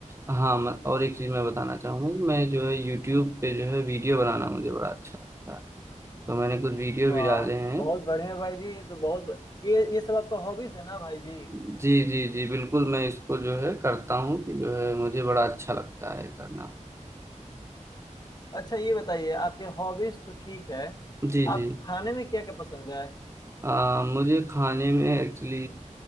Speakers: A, on the right; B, on the left.
A: हाँ मैं- और एक चीज मैं बताना चाहूंगा कि मैं जो है यूट्यूब पे जो है वीडियो बनाना मुझे बड़ा अच्छा लगता है तो मैंने कुछ वीडियो
B: वाह
A: भी डाले हैं
B: बहुत बढ़िया भाई जी ये तो बहुत ये ये सब आपका हॉबीज है ना भाई जी
A: जी जी जी बिल्कुल मैं इसको जो है करता हूँ कि जो है मुझे बड़ा अच्छा लगता है करना
B: अच्छा ये बताइए आपके हॉबीज तो ठीक है
A: जी
B: आपको
A: जी
B: खाने में क्या क्या पसंद है
A: आ, मुझे खाने में एक्चुअली